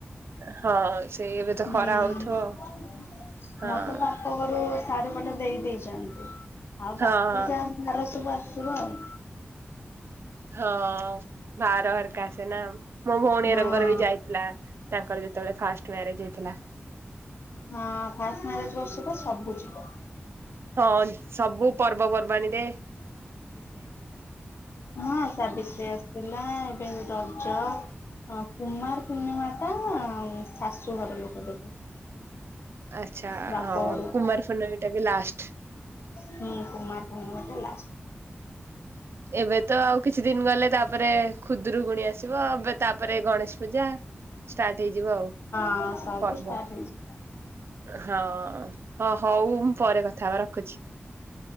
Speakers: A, on the right (about 70°); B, on the left (about 75°).
A: ହଁ ସେଇ ଏବେ ତ
B: ହୁଁ
A: ଖରା ହଉଥିବ ହଁ
B: ମଁ ତ ପା ଲ ଘରୁ ଶାଢୀ ପଟେ ଦେଇ ଦେଇେଇଛନ୍ତି ଆଉ
A: ହଁ
B: ବାକି
A: ହଁ
B: ଯାହା ଭାର ସବୁ ଆସିବ ଆଉ।
A: ହଁ ଭାର ହରିକା ସେନା ମୋ ଭଉଣୀ
B: ହଁ।
A: ରଙ୍ଗର ବି ଯାଇଥିଲା। ତାଙ୍କର ଯେତେବେଳେ ଫାଷ୍ଟ ମ୍ୟାରେଜ ହେଇଥିଲା।
B: ହଁ ଫାଷ୍ଟ ମ୍ୟାରେଜ ବର୍ଷ ତ ସବୁ ଯିବ।
A: ହଁ ସବୁ ପର୍ବପର୍ବାଣିରେ।
B: ହଁ ସାବିତ୍ରୀ ରେ। ଥିଲା ଏବେ ରଜ, କୁମାର ପୂର୍ଣ୍ଣିମା ତା ଶାଶୁ ଘର ଲୋକ ଦେବେ।
A: ଆଚ୍ଛା
B: ବାପ
A: ହଉ
B: ଘରକୁ
A: କୁମାର ପୂର୍ଣ୍ଣିମା ଟା ବି ଲାଷ୍ଟ।
B: ହୁଁ କୁମାର ପୂର୍ଣ୍ଣିମା ଟା ଲାଷ୍ଟ୍।
A: ଏବେ ତ ଆଉ କିଛି ଦିନ ଗଲେ ତାପରେ ଖୁଦୁରୁ କୁଣି ଆସିବ ଏବେ ତାପରେ ଗଣେଶ ପୂଜା ଷ୍ଟାର୍ଟ ହେଇଯିବ ଆଉ।
B: ହଁ ସବୁ
A: ପର୍ବ
B: ଷ୍ଟାର୍ଟ। ହେଇଯିବ।
A: ହଁ ହଁ ହଉ ମୁଁ ପରେ କଥା ହେବା ରଖୁଛି।